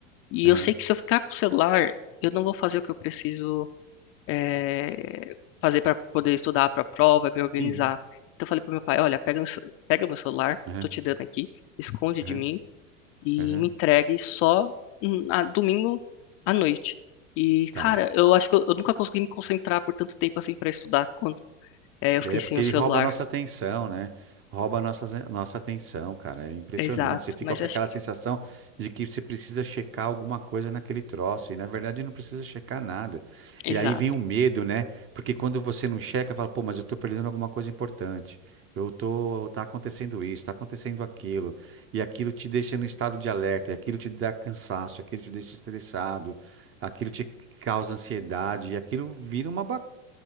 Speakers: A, on the left (about 40°); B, on the right (about 35°).
A: E
B: aham,
A: eu sei que se eu ficar com o celular, eu não vou fazer o que eu preciso eh, fazer para poder estudar para a prova, me organizar.
B: sim,
A: Então eu falei pro meu pai, olha, pega, o ce- pega meu celular,
B: aham,
A: eu tô te dando aqui, esconde
B: aham,
A: de mim e
B: aham,
A: me entregue só hum, a- domingo à noite. E,
B: tá.
A: cara, eu acho que eu, eu nunca consegui me concentrar por tanto tempo assim pra estudar quando é,
B: É
A: eu fiquei sem
B: porque
A: o
B: ele
A: celular.
B: rouba a nossa atenção, né? Rouba a nossa, nossa atenção, cara. É impressionante.
A: Exato,
B: Você fica
A: mas
B: com
A: acho
B: aquela
A: que.
B: sensação de que você precisa checar alguma coisa naquele troço. E na verdade não precisa checar nada. E
A: Exato,
B: aí vem o medo, né? Porque quando você não checa, fala, pô, mas eu tô perdendo alguma coisa importante. Eu tô, tá acontecendo isso, tá acontecendo aquilo. E aquilo te deixa no estado de alerta, e aquilo te dá cansaço, aquilo te deixa estressado, aquilo te causa ansiedade, e aquilo vira uma bagunça